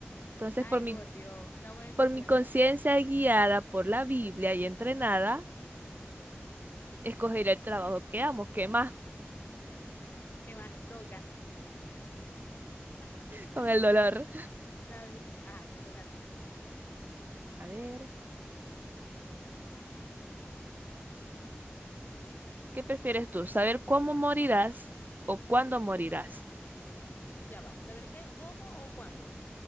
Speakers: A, on the right; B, on the left.
A: Entonces,
B: Ay,
A: por mi,
B: por Dios, estamos en confianza.
A: por mi conciencia guiada por la Biblia y entrenada, escogeré el trabajo que amo, ¿qué más?
B: <laughs> ¿Qué más toca? <laughs>
A: Con el dolor.
B: Está está bien. Ajá, te toca a ti.
A: A ver, ¿qué prefieres tú? ¿Saber cómo morirás o cuándo morirás?
B: Ya va. ¿Saber qué, cómo o cuándo?